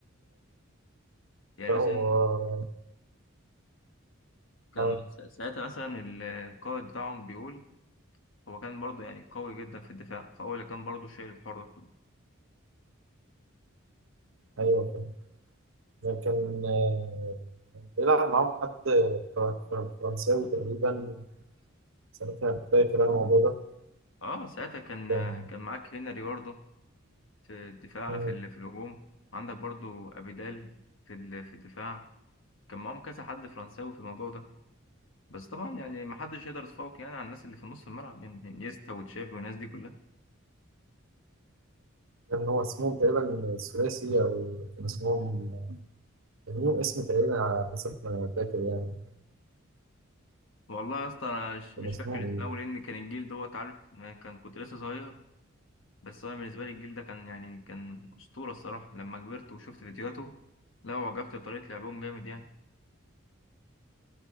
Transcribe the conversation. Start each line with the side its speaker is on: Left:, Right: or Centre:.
Left: يعني
Right: هو
Left: مثلا كان
Right: آه،
Left: س- ساعتها مثلا القائد بتاعهم بيقول هو كان برضه يعني قوي جدا في الدفاع فهو اللي كان برضه شايل الحوار ده كله
Right: أيوه فاهم. لكن آه، بيلعب معاهم حد فر- فر- فرنساوي تقريبا ساعتها فاكر أنا الموضوع ده
Left: اه ساعتها كان
Right: كان
Left: كان معاك هنري برضه في الدفاع
Right: مم.
Left: في ال... في الهجوم عندك برضه ابيدال في ال... في الدفاع كان معاهم كذا حد فرنساوي في الموضوع ده بس طبعا يعني ما حدش يقدر يتفوق يعني على الناس اللي في نص الملعب يعني انيستا وتشافي والناس دي كلها
Right: كان هو اسمهم تقريبا ثلاثي أو كان اسمهم كان ليهم اسم تقريبا على حسب ما فاكر يعني
Left: والله يا اسطى انا مش
Right: كان
Left: مش
Right: اسمهم
Left: فاكر اسمه
Right: إيه
Left: قوي لان كان الجيل دوت عارف أنا كان كنت لسه صغير بس انا بالنسبه لي الجيل ده كان يعني كان اسطوره الصراحه لما كبرت وشفت فيديوهاته لا وعجبت بطريقه لعبهم جامد يعني